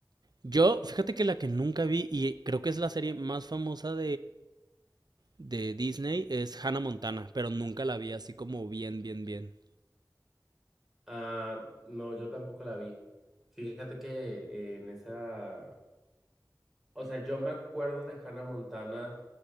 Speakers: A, on the right; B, in the centre.
A: Yo, fíjate que la que nunca vi y creo que es la serie más famosa de Disney es Hannah Montana, pero nunca la vi así como bien, bien, bien.
B: Ah, no, yo tampoco la vi. Fíjate que eh, en esa O sea, yo me acuerdo de Hannah Montana